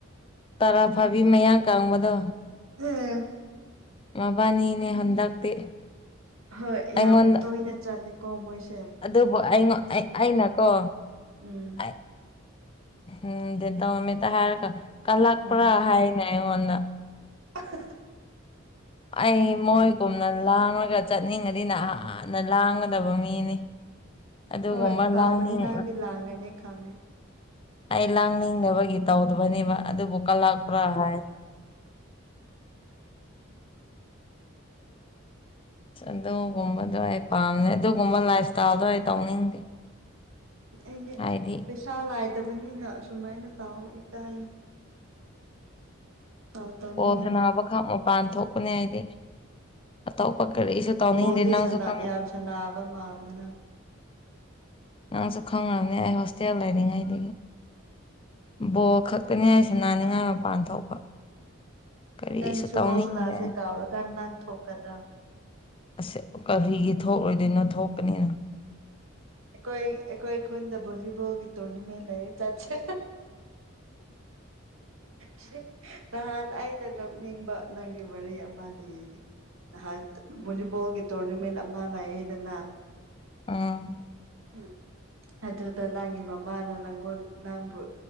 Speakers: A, on the left; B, on the right.
A: ꯇꯔꯥ ꯐꯥꯕꯤ ꯃꯌꯥꯡ ꯀꯕꯗꯣ
B: ꯑꯦ
A: ꯃꯕꯥꯅꯤꯅꯦ ꯍꯟꯗꯛꯇꯤ
B: ꯍꯣꯏ
A: ꯑꯩꯉꯣꯟꯗ
B: ꯌꯥꯝ ꯇꯣꯏꯅ ꯆꯠꯂꯦꯀꯣ ꯃꯣꯏꯁꯦ
A: ꯑꯗꯨꯕꯨꯉ ꯑꯩꯅꯀꯣ
B: ꯎꯝ
A: ꯑꯩ ꯎꯝ ꯗ ꯇꯧꯃꯤꯠꯇ ꯍꯥꯏꯔꯒ ꯀꯂꯥꯛ
B: ꯎꯝ
A: ꯄꯨꯔꯥ ꯍꯥꯏꯅ ꯑꯩꯉꯣꯟꯗ
B: <unintelligible>
A: ꯑꯩ ꯃꯣꯏꯒꯨꯝꯅ ꯂꯥꯡꯂꯒ ꯆꯠꯅꯤꯡꯉꯗꯤꯅ ꯍꯍꯥꯟꯅ ꯂꯥꯡꯒꯗꯕ ꯃꯤꯅꯤ ꯑꯗꯨꯒꯨꯝꯕ
B: ꯍꯣꯏ ꯇꯥꯎꯕꯅꯤ
A: ꯂꯥꯡꯅꯤꯡ
B: ꯂꯥꯡꯗꯤꯦ ꯂꯥꯡꯒꯅꯤ ꯈꯥꯡꯅꯤꯦ
A: ꯑꯩ ꯂꯥꯡꯅꯤꯡꯗꯅꯕꯒꯤ ꯇꯧꯗꯕꯅꯦꯕ ꯑꯗꯨ ꯑꯗꯨ ꯀꯥ ꯂꯥꯛ ꯄꯨ ꯍꯥꯏꯥꯏ ꯑꯗꯨꯒꯨꯝꯕꯗꯣ ꯑꯩ ꯄꯥꯝꯃꯦ ꯑꯗꯨꯒꯨꯝꯕ ꯂꯥꯏꯐ ꯏꯁꯇꯥꯏꯜꯗꯣ ꯑꯩ ꯇꯧꯅꯤꯡꯗꯦ
B: ꯑꯩꯒꯤ
A: ꯍꯥꯏꯗꯤ
B: ꯄꯩꯁꯥ ꯂꯥꯏꯗꯕꯅꯤꯅ ꯑꯁꯨꯃꯥꯏꯅ ꯇꯥꯎꯑꯣ ꯏꯀꯥꯏ ꯇꯥꯎ ꯇꯥꯅꯤꯡꯉꯤ
A: ꯣꯁꯅꯕ ꯈꯥ ꯃꯄꯥꯟ ꯊꯣꯛꯄꯅꯦ ꯍꯥꯏꯗꯤ ꯑꯇꯣꯞꯄ ꯀꯔꯤꯁꯨ ꯇꯧꯅꯤꯡꯗꯦ
B: ꯍꯣꯗꯤ
A: ꯅꯪꯁꯨ ꯈꯪ
B: ꯌꯥꯝ ꯁꯥ ꯅꯥꯕ ꯃꯥꯜꯅꯤꯅ
A: ꯅꯪꯁꯨ ꯈꯪꯉꯕꯅꯤ ꯑꯩ ꯍꯣꯁꯇꯦꯜ ꯂꯩꯔꯤꯉꯩꯗꯒꯤ ꯕꯣꯜ ꯈꯛꯇꯅꯤ ꯍꯥꯏꯁ ꯅꯥꯅꯤꯡꯉꯥꯏ ꯃꯄꯥꯟ ꯊꯣꯛꯄ ꯀꯔꯤꯁꯨ
B: ꯑꯩꯅ ꯁꯨꯕꯣꯜ
A: ꯇꯧꯅꯤꯡꯗꯦ
B: ꯁꯅꯥꯁꯦ ꯀꯥꯎꯔꯀꯥꯟ ꯅꯪ ꯊꯣꯛꯀꯗ꯭ꯔꯥ
A: ꯑꯁ ꯀꯔꯤꯒꯤ ꯊꯣꯛꯂꯣꯏꯗꯣꯏꯅꯣ ꯊꯣꯛꯀꯅꯤꯅ
B: ꯑꯩꯈꯣꯏ ꯑꯩꯈꯣꯏ ꯈꯨꯨꯟꯗ ꯚꯣꯂꯤꯕꯣꯜꯒꯤ ꯇꯣꯔꯅꯤꯃꯦꯟ ꯂꯩ ꯆꯠꯁ
A: <inaudible>
B: ꯁꯤ ꯅꯍꯥꯟ ꯑꯩꯅ ꯅꯅꯤꯡꯕ ꯅꯪꯒꯤ ꯋꯥꯔꯤ ꯑꯃ ꯂꯤꯒꯦ ꯅꯍꯥꯟ ꯚꯣꯂꯤꯕꯣꯜꯒꯤ ꯇꯣꯔꯅꯃꯦꯟ ꯑꯃ ꯂꯥꯛꯑꯗꯅ
A: ꯑꯥ
B: ꯎ ꯑꯗꯨꯗ ꯅꯪꯒꯤ ꯃꯃꯥꯅ ꯅꯪꯉꯣꯟ ꯅꯪꯕꯨ